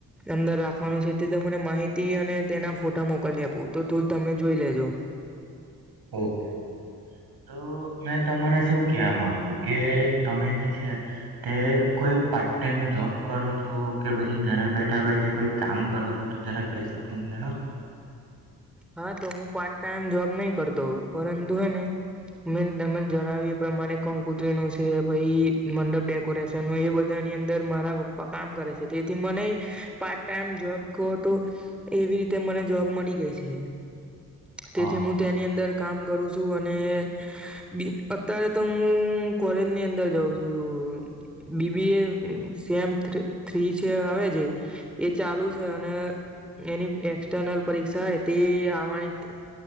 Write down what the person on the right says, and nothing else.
ઓકે. તો મેં તમાને શું કેવા માંગુ કે તમે જે છે તે કોઈ પાર્ટ ટાઈમ જોબ કરો છો, કે પછી ઘરે બેઠા-બેઠા કોઈ કામ કરો છો, તો જરાક બે શબ્દમો જણાવો ને.
ઓહો